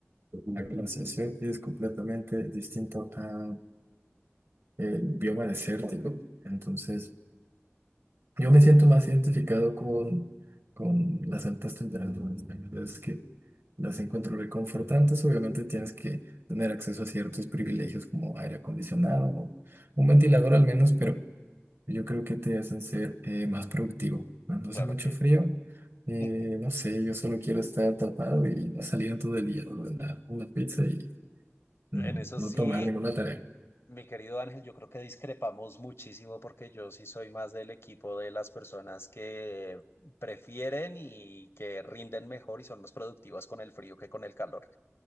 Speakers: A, on the right; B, on the left.
A: La glaciación es completamente distinto a el bioma desértico, entonces... Yo me siento más identificado con, con las altas temperaturas. ¿no? La verdad es que las encuentro reconfortantes. Obviamente tienes que tener acceso a ciertos privilegios como aire acondicionado o un ventilador al menos, pero yo creo que te hacen ser eh, más productivo. Cuando hace
B: Claro
A: mucho
B: que
A: frío, eh,
B: <laughs>
A: no sé, yo solo quiero estar tapado y no salir en todo el día, ordenar una pizza y
B: En
A: mm,
B: eso
A: no
B: sí,
A: tomar ninguna tarea.
B: mi querido Ángel, yo creo que discrepamos muchísimo porque yo sí soy más del equipo de las personas que prefieren y que rinden mejor y son más productivas con el frío que con el calor.